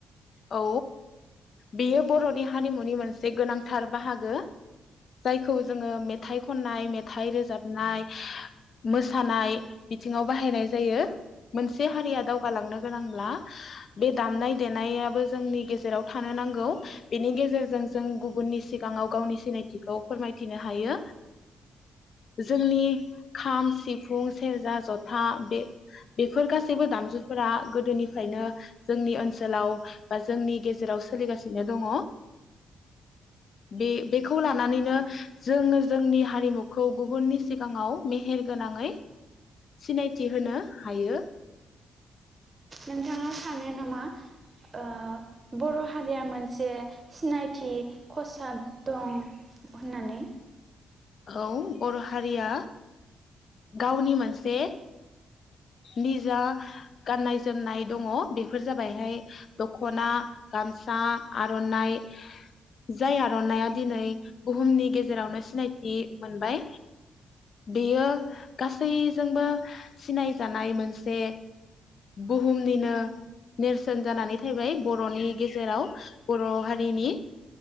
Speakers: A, on the left; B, on the right.
A: औ बेयो बर'नि हारिमुनि मोनसे गोनांथार बाहागो जायखौ जोङो मेथाइ खननाय मेथाइ रोजाबनाय मोसानाय बिथिङाव बाहायनाय जायो मोनसे हारिया दावगालांनो गोनांब्ला बे दामनाय देनाया बो जोंनि गेजेराव थानो नांगौ बेनि गेजेरजों जों गुबुननि सिगाङाव गावनि सिनायथिखौ फोरमायथिनो हायो जोंनि खाम सिफुं सेरजा जथा बे बेफोर गासैबो दामजुफोरा गोदोनिफ्रायनो जोंनि ओनसोलाव बा जोंनि गेजेराव सोलिगासिनो दङ बे बेखौ लानानैनो जोङो जोंनि हारिमुखौ गुबुननि सिगाङाव मेहेर गोनाङै सिनायथि होनो हायो
B: नोंथाङा सानो नामा ओ बर' हारिया मोनसे सिनायथि खसाब दं होननानै
A: औ बर' हारिया गावनि मोनसे निजा गाननाय जोमनाय दङ बेफोर जाबायहाय दखना गामसा आर'नाइ जाय आर'नाया दिनै बुहुमनि गेजेरावनो सिनायथि मोनबाय बेयो गासैजोंबो सिनायजानाय मोनसे बुहुमनिनो नेरसोन जानानै थैबाय बर'नि गेजेराव बर' हारिनि